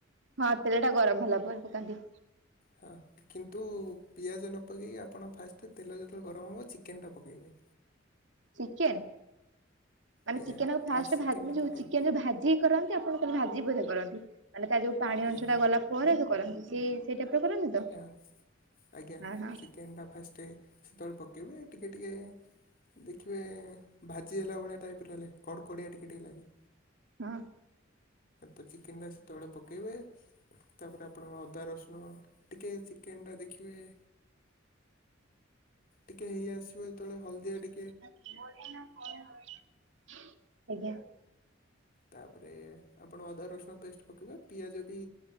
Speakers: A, on the right (about 65°); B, on the left (about 45°).
A: ହଁ ତେଲ ଟା ଗରମ ହେଲା ପରେ ପକାନ୍ତି
B: ହଁ କିନ୍ତୁ ପିଆଜ ନ ପକେଇକି ଆପଣ ଫାଷ୍ଟ୍ ତେଲ ଯେତେବେଳେ ଗରମ ହେବ ଚିକେନ୍ ଟା ପକେଇବେ
A: ଚିକେନ୍ ମାନେ
B: ଆଜ୍ଞା
A: ଚିକେନ୍ ଆକୁ
B: ଫାଷ୍ଟ
A: ଫାଷ୍ଟ୍
B: ଚିକେନଟା
A: ଭାଜି ଯୋଉ
B: ପକାଇବେ
A: ଚିକେନ୍ ଯୋଉ ଭାଜି କରନ୍ତ ଚି ଆପଣ ବୋଧେ ଭାଜିକି ବୋଧେ କରନ୍ତି। ମାନେ ତାର ଯୋଉ ପାଣି
B: ଆଜ୍ଞା
A: ଅଂଶଟା
B: ହଁ
A: ଗଲା ପରେ ଯୋଉ କରନ୍ତି। ସେ ସେ ଟାଇପ୍ ରେ କରନ୍ତି? ତ?
B: ଆଁ ଆଜ୍ଞା
A: ହଁ ହଁ
B: ଚିକେନ୍ ଟା ଫାଷ୍ଟ୍ ସେତେବେଳେ ପକେଇବେ ଟିକେ ଟିକେ ଦେଖିବେ ଭାଜି ହେଲା ଭଳିଆ ଟାଇପ୍ ର ହେଲେ କଡ଼କଡ଼ିଆ ଟିକେ ଟିକେ ଲାଗେ‌।
A: ହୁଁ
B: ତ ଚିକେନ୍ ଟା ସେତେବେଳେ ପକେଇବେ ତାପରେ ଆପଣଙ୍କ ଅଦା ରସୁଣ ଟିକେ ଚିକେନ ଟା ଦେଖିବେ ଟିକେ ହେଇ ଆସିବ ଯେତେଳେ ହଳଦିଆ ଟି
A: ଆଜ୍ଞା।
B: ତାପରେ ଆପଣ ଅଦା ରସୁଣ ପେଷ୍ଟ ପକାଇବେ ପିଆଜ ବି